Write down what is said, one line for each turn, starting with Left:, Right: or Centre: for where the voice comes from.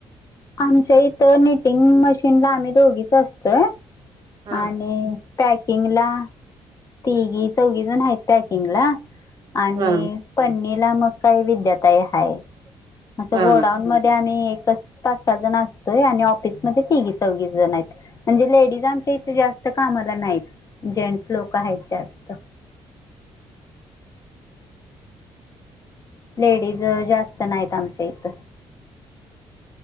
Left: आमच्या इथं निटिंग मशीनला आम्ही दोघीच असतोय
Right: हा
Left: आणि पॅकिंगला तिघी चौघीजण आहेत पॅकिंगला आणि
Right: हा
Left: पणनीला मग काही विद्याताय हाय. असं
Right: हा
Left: गोडाऊन मध्ये आम्ही एकच पाच सहा जण असतोय आणि ऑफिसमध्ये तिघीचौघी जण आहेत. म्हणजे लेडीज आमच्या इथे जास्त कामाला नाहीत जेंट्स लोक आहेत जास्त लेडीज जास्त नाहीत आमच्या इथं.